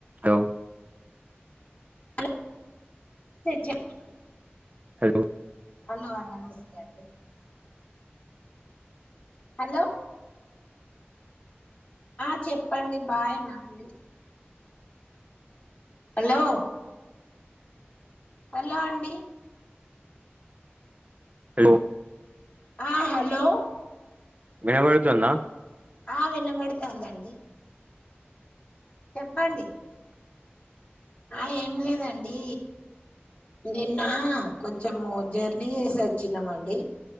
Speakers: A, on the right; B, on the left.
A: హో
B: hello <inaudible>
A: hello
B: అహ నమస్తే అండి హలో ఆ చెప్పండి బాగేనా అండి హలో హలో అండి
A: హలో
B: ఆ హలో
A: వినబడుతుందా
B: ఆ వినబడుతాందండి చెప్పండి ఆ ఏమి లేదండి నిన్న కొంచము జర్నీ చేసి వచ్చినాము అండి